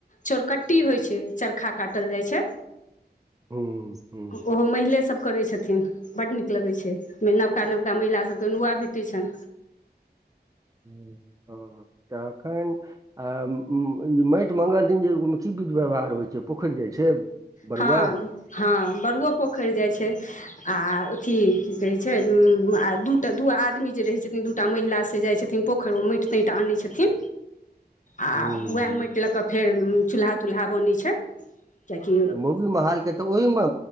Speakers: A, on the left; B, on the right.
A: चोरकट्टी होय छै, चरखा काटल जाय छै।
B: हूँ हूँ
A: उहो महिले सब करै छथिन। बड नीक लगै छै मे नबका-नबका महिला सबके नुआ भेटै छै।
B: ह्म्म, ओ हो हो तखेन आ उम्म ई मेएट मंगल दिन जे उ मे की विध व्यवहार होय छै, पोखेर जाय छै। बरुआ
A: हाँ, हाँ बड़ुओ पोखर जाय छै। आ अथी की कहै छै उम्म आ दूटा, दू आदमी जे रहै छथिन, दूटा महिला से जाय छथिन, पोखर मे मेएट-तेएट आनै छथिन। आ
B: हूँ
A: उहाए मेएट लऽ के फेर चूल्हा-तूल्हा बनै छै। कियाकी
B: मौगी महाल के ते ओहि मे,